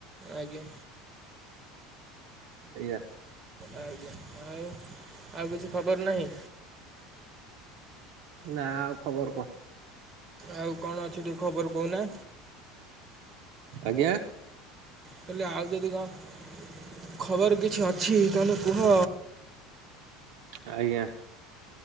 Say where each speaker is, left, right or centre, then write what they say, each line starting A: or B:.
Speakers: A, on the right; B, on the right.
A: ଆଜ୍ଞା।
B: ଆଜ୍ଞା।
A: ଆଜ୍ଞା ଆଉ ଆଉ କିଛି ଖବର ନାହିଁ।
B: ନା ଆଉ ଖବର କଣ।
A: ଆଉ କଣ ଅଛି ଟିକେ ଖବର କହୁନା
B: ଆଜ୍ଞା।
A: କହିଲି ଆଉ ଯଦି କଣ ଖବର କିଛି ଅଛି ତାହେଲେ କୁହ
B: ଆଜ୍ଞା